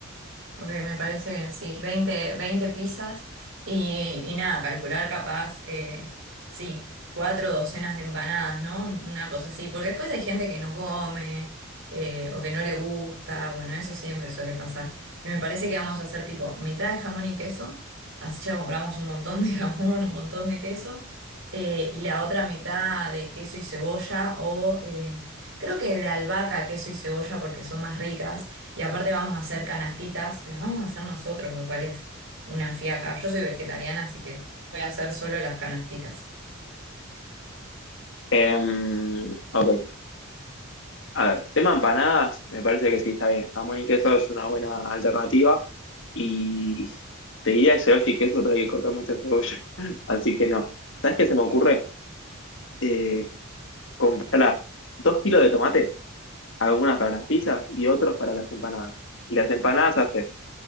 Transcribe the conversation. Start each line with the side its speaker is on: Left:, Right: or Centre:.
Right: Ok, me parece bien, sí. veinte veinte pizzas y, y nada, calcular capaz, eh, sí, cuatro docenas de empanadas, ¿no? Una cosa así, porque después hay gente que no come eh, o que no le gusta, bueno, eso siempre suele pasar. Y me parece que vamos a hacer tipo mitad de jamón y queso, así ya compramos un montón de <laughs> jamón, un montón de queso, eh, y la otra mitad de queso y cebolla o... eh, Creo que de albahaca, queso y cebolla porque son más ricas. Y aparte vamos a hacer canastitas, que las vamos a hacer nosotros, lo cual es una fiaca. Yo soy vegetariana, así que voy a hacer solo las canastitas.
Left: Em, ok, a ver, tema empanadas, me parece que sí está bien. Jamón y queso es una buena alternativa. Y te diría que cebolla y queso, pero hay que cortar mucha cebolla. <laughs> Así que no. ¿Sabes qué se me ocurre? Eh, comprar dos kilos de tomate algunas para las pizzas y otros para las empanadas. Y las empanadas haces